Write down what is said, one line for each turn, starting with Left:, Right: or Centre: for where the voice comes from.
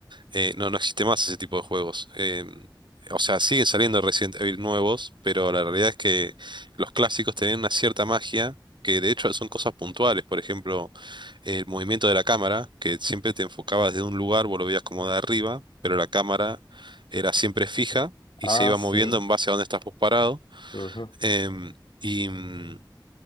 Right: Eh, no, no existe más ese tipo de juegos. Em, o sea, siguen saliendo Resident Evil nuevos, pero la realidad es que los clásicos tenían una cierta magia, que de hecho son cosas puntuales. Por ejemplo, el movimiento de la cámara, que siempre te enfocabas de un lugar, vos lo veías como de arriba, pero la cámara era siempre fija y
Left: ah,
Right: se iba
Left: sí.
Right: moviendo en base a donde estás vos parado.
Left: ujú,
Right: Em, y mm,